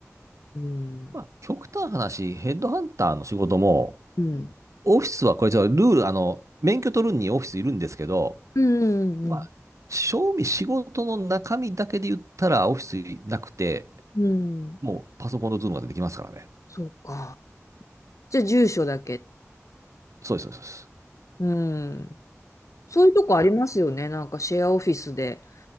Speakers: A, on the left (about 75°); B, on the right (about 75°).
A: うん。
B: まあ、極端な話、ヘッドハンターの仕事も、
A: うん。
B: オフィスはこれちょっとルール、あの、免許取るにオフィスいるんですけど、
A: うん。うん。
B: まあ、正味仕事の中身だけで言ったらオフィスなくて、
A: うん
B: もうパソコンとズームができますからね。
A: そうか。じゃあ、住所だけ。
B: そうです、そうです。そうです
A: うん。そういうとこありますよね。
B: あの
A: なんかシェアオフィスで、